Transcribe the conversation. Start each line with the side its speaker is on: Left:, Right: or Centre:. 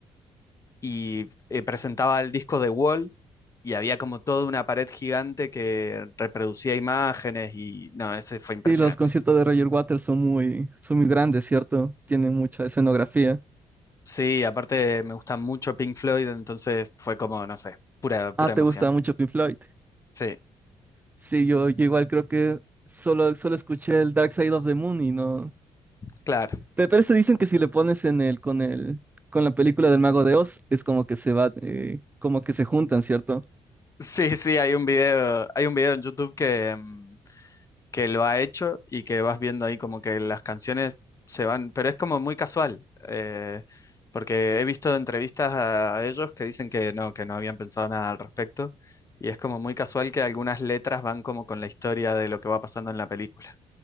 Left: y eh, presentaba el disco de Wall y había como toda una pared gigante que reproducía imágenes y no, ese fue impresionante.
Right: Sí, los conciertos de Roger Waters son muy, son muy grandes, ¿cierto? Tienen mucha escenografía.
Left: Sí, aparte me gusta mucho Pink Floyd, entonces fue como, no sé, pura, pura
Right: Ah, ¿te
Left: emoción.
Right: gusta mucho Pink Floyd?
Left: Sí,
Right: Sí, yo, yo igual creo que solo, solo escuché el Dark Side of the Moon y no.
Left: claro.
Right: Pe- Pero se dicen que si le pones en el, con el, con la película del Mago de Oz, es como que se va, eh, como que se juntan, ¿cierto?
Left: Sí, sí, hay un video, hay un video en YouTube que, mm, que lo ha hecho y que vas viendo ahí como que las canciones se van, pero es como muy casual, eh, porque he visto entrevistas a ellos que dicen que no, que no habían pensado nada al respecto, y es como muy casual que algunas letras van como con la historia de lo que va pasando en la película.